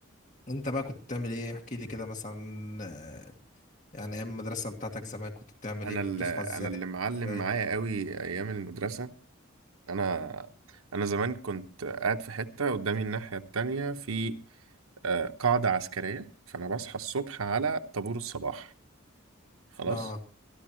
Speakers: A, on the left; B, on the right.
A: انت بقى كنت بتعمل ايه احكي لي كده مثلا آه، يعني ايام المدرسه بتاعتك زمان كنت بتعمل
B: انا
A: ايه كنت
B: اللي
A: بتصحى ازاي
B: انا اللي
A: بتنام
B: معلم
A: ازاي
B: معايا قوي ايام المدرسه انا انا زمان كنت قاعد في حته قدامي الناحيه التانية في آه، قاعده عسكريه فانا بصحى الصبح على طابور الصباح خلاص
A: اه